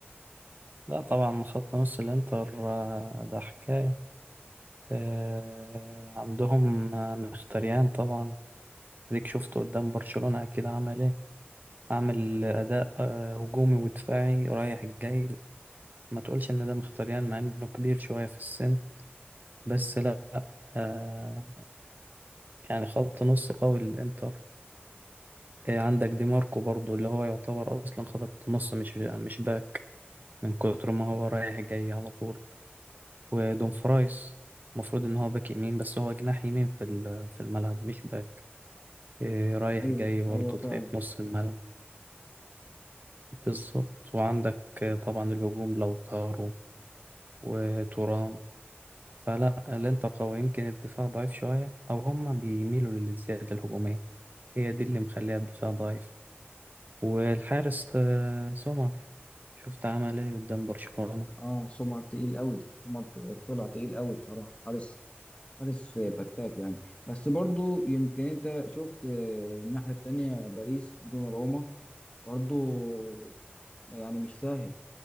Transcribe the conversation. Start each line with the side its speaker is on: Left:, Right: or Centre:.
Right: لا طبعا خط نص الانتر آه، ده حكاية آه، عندهم آه، مختريان طبعا اديك شفته قدام برشلونة اكيد عمل ايه عامل اداء آه، هجومي ودفاعي رايح جاي ما تقولش ان ده مختريان مع انه كبير شوية في السن بس لا آه، يعني خط نص قوي للانتر آه، عندك دي ماركو برضو اللي هو يعتبر اصلا خط نص مش مش باك من كتر ما هو رايح جاي على طول ودون فرايس المفروض ان هو باك يمين بس هو جناح يمين في ال- في الملعب مش باك إيه، رايح
Left: ايوه
Right: جاي برضه
Left: ايوه فعلا
Right: تلاقيه في نص الملعب بالظبط وعندك آه، طبعا الهجوم لوتارو وتورام فلا الانتر قوي يمكن الدفاع ضعيف شوية او هما بيميلوا للزيادة الهجومية هي دي اللي مخليها الدفاع ضعيف والحارس آه، سومر شفت عمل ايه قدام برشلونة
Left: اه سومر تقيل قوي سومر طلع تقيل قوي بصراحة حارس حارس فتاك يعني بس برضو يمكن انت شفت آه، الناحية التانية باريس دوناروما برضو يعني مش سهل